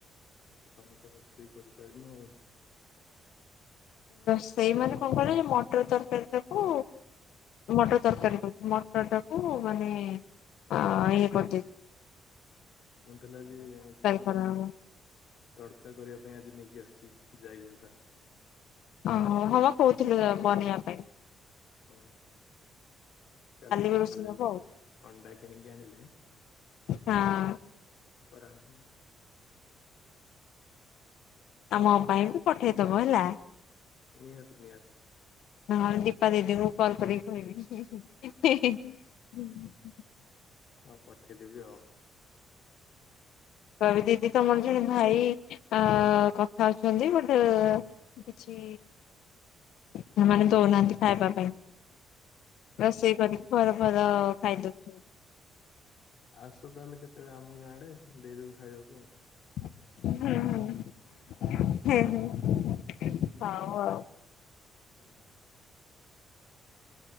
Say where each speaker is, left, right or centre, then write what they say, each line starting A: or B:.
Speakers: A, on the left (about 65°); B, on the left (about 80°).
A: ଆଉ ତମେ ତ ରୋଷେଇ କରିପାରିନ ଆଉ।
B: ସେଇ ମାନେ କଣ କହିଲ ମଟର ତରକାରୀ ଟାକୁ ମଟର ତରକାରୀ କହୁଛି ମଟରଟାକୁ ମାନେ ଇଏ କରିଦେଇଛି।
A: ମୁଁ କିନ୍ତୁ ଆଜି କଣ
B: କରାହବ।
A: କି ତଡକା କରିବା ପାଇଁ ଆଜି ନେଇକି ଆସିଛି। ଯାଇଛାଉ ତାର।
B: ଓ ହୋ ହବା କହୁଥିଲୁ ବନେଇବା ପାଇଁ।
A: ହୁଁ କାଲି ସକାଳୁ
B: ବି ରୋଷେଇ ହବ
A: ଯାଇକି
B: ଆଉ।
A: ଅଣ୍ଡା କିଣିକି ଆଣିଲେ।
B: ହଁ
A: କରାହବ ଆଉ।
B: ଆମ ପାଇଁ ବି ପଠେଇଦବ ହେଲା।
A: ନିହାତି ନିହାତି।
B: ହଁ ଦୀପା ଦିଦିଙ୍କୁ କଲ୍ କରିକି କହିବି। <unintelligible>
A: ହଉ ପଠେଇଦବି ଆଉ।
B: କବି ଦିଦି ତମର ଜଣେ ଭାଇ ଅ କଥା ଅଛନ୍ତି ଗୋଟେ କିଛି ସେମାନେ ଦଉନାହାନ୍ତି ଖାଇବା ପାଇଁ। ରୋଷେଇ କରିକି ଭର ଭଲ ଖାଇଦଉଛୁ। <inaudible>
A: ଆସ ତାହେଲେ କେତେବେଳେ ଆମ ଗାଁ ଆଡେ ଦେଇଦେବୁ ଖାଇବାକୁ ଆଉ।
B: ହୁଁ ହୁଁ ହୁଁ ହୁଁ
A: ହୁଁ